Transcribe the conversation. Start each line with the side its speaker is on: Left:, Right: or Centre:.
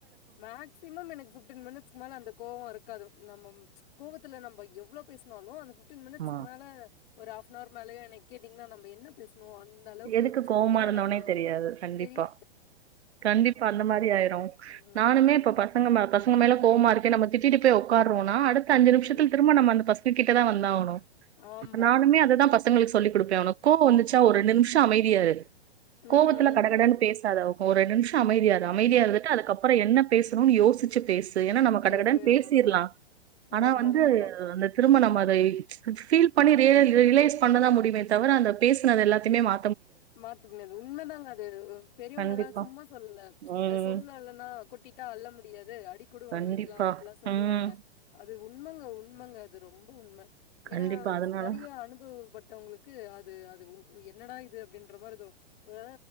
Left: மேக்சிமம் எனக்கு பிப்டின் மினிட்ஸ்க்கு மேல அந்த கோவோ இருக்காது நம்ம கோவத்துல நம்ம எவ்வளோ பேசினாலு அது ஃபிஃப்டின் மினிட்ஸ்க்கு
Right: ஆமா.
Left: மேல ஒரு ஹாஃப்னவர் மேலே என்ன கேட்டீங்கன்னா நாம்ப என்ன பேச ஓ அந்த அளவுக்கு
Right: எதுக்கு கோவமா
Left: அப்படிதான்
Right: இருந்தோம்னே
Left: எனக்கு
Right: தெரியாது. கண்டிப்பா.
Left: பெரிய
Right: கண்டிப்பா அந்த மாரி ஆயிரும்
Left: ம்,
Right: நானுமே இப்ப பசங்க மே ப சங்க மேல கோவமா இருக்கே நம்ம திட்டிட்டு போய் உக்கார்றோனா அடுத் த அஞ்சு நிமிஷத்தில
Left: ம்.
Right: திரும்ப நம்ம அந்த பச ங்ககிட்டதா வந்தாவனும்
Left: ஆமா.
Right: நானுமே அதுதா பச ங்களுக்கு சொல்லி கொடுப்பே உனக்கு கோவ வந்துச்சா ஒரு நிமிஷ அமைதியா இரு
Left: ம், ம்,
Right: கோவத்துல கட கடன்னு
Left: ம்.
Right: பேசாதா ஒ ஒரு ரெண்டு நிமிஷ அமைதியா இரு அமைதியா இருந்துட்டு அதுக்கப்புற என்ன பேச றோனு யோசிச்சு பேசு ஏனா
Left: ச்சு
Right: நம்ம கட
Left: பேசு.
Right: கடனு பேசிர்லாம்
Left: ஆமா.
Right: ஆனா
Left: ஆமாமாமா.
Right: வந்து அந்த திரும்ப நம்ம அதை ஃபீல் பண்ணி ரியல ரியலைஸ் பண்ணதா முடியமே தவிர அந்த பேசனது எல்லாத்தையுமே மா
Left: மாத்த முடியாது உண்மதாங்க அது பெரியவங்க
Right: கண்டிப்பா.
Left: எல்லா சும்மா சொல்லல
Right: ம்.
Left: சொல்லலன்னா கொட்டிட்டா அள்ள முடியாது அடி கூட வாங்கிக்கலாம்
Right: கண்டிப்பா.
Left: அப்படிலா சொல்லுவாங்க
Right: ம்.
Left: அது உண்மங்க உண்மங்க அது ரொம்ப உண்ம
Right: கண்டிப்பா
Left: ஏன்னா
Right: அதனால
Left: நெறய அனுபவப்பட் த்தவங்களுக்கு அது அது உ என்னடா இது டின்ற மாதிரி தோணு ஒரு